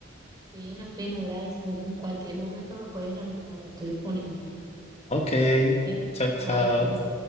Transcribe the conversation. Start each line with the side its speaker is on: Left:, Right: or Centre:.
Right: Fino, fino, Bryce. En cualquier momento me puedes llamar, estoy disponible.
Left: Ok,
Right: ¿Ok?
Left: chao, chao.
Right: Bye, pues.